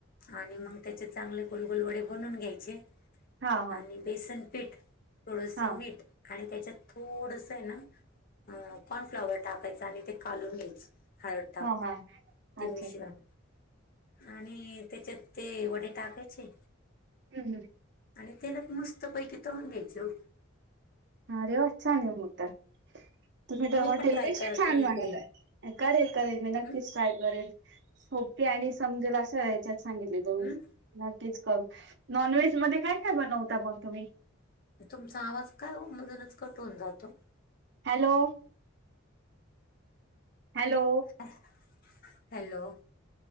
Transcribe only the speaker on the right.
हा हा
हा
हा हा
अच्छा
हम्म हम्म.
रे वा, छान आहे मग तर! तुम्ही तर हॉटेलपेक्षा
छान
बनवता, करेल, करेल मी नक्कीचं
ट्राय करेल. सोपे आणि समजेल अशा हे च्यात सांगितले तुम्ही.
नक्कीच कर, नॉनव्हेज मध्ये काय काय बनवता मग तुम्ही?
हॅलो. हॅलो.